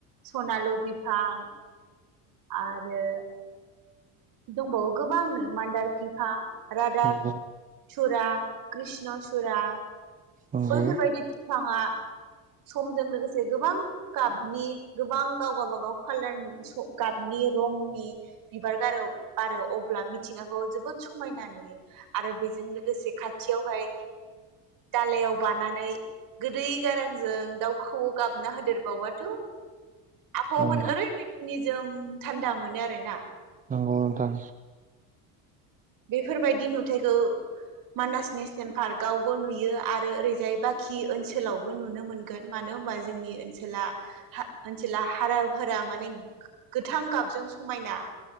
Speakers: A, on the right; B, on the right.
A: सनालु बिफां आरो दंबावो गोबांनो मान्दार बिफां रादाक
B: नंगौ
A: थुरा कृष्ण सुरा
B: नंगौ
A: बैफोरबायदि बिफाङा समजों लोगोसे गोबां गाबनि गोबां गाव गबागाव कालारनि गाबनि रंनि बिबार बारो बारो अब्ला मिथिंगाखौ जोबोद समायना नुयो आरो बेजों लोगोसे खाथियावहाय दालायाव बानानै गोदै गारांजों दाउखौ गाबना होदेरबावबाथ' आबहावाखौ
B: नंगौ
A: ओरैबायदि नि जोम थान्दा मोनो आरो ना
B: नंगौ नोंथां
A: बेफोरबायदि नुथायखौ मानास नेसनेल पार्कआवबो नुयो आरो ओरैजाय बाखि ओनसोलावबो नुनो मोनगोन मानो होनबा जोंनि ओनसोला हाराफोरा माने गोथां गाबजों समायना।